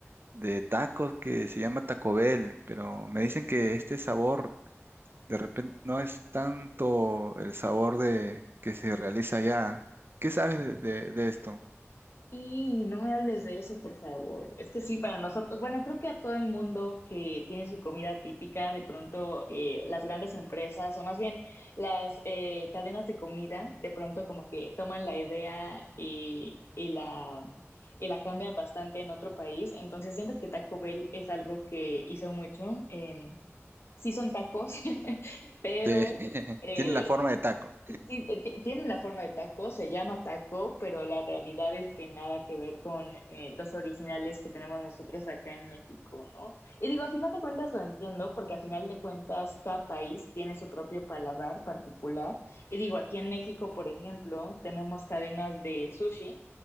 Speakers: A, on the right; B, on the left.
A: de tacos que se llama Taco Bell, pero me dicen que este sabor de repente no es tanto el sabor de que se realiza allá. ¿Qué sabes de, de- de esto?
B: Y no me hables de eso, por favor. Es que sí, para nosotros, bueno, creo que a todo el mundo que tiene su comida típica, de pronto eh, las grandes empresas o más bien las eh, cadenas de comida, de pronto como que toman la idea y, y la, y la cambian bastante en otro país. Entonces siento que Taco Bell es algo que hizo mucho. Em, sí son tacos, <laughs> pero...
A: Sí, <laughs>
B: eh,
A: tienen la forma de taco.
B: y Sí, eh, ti- tiene la forma de taco, se llama taco, pero la realidad es que nada que ver con eh, los originales que tenemos nosotros acá en México, ¿no? Y digo, a final de cuentas lo entiendo, porque a final de cuentas cada país tiene su propio paladar particular. Y digo, aquí en México, por ejemplo, tenemos cadenas de sushi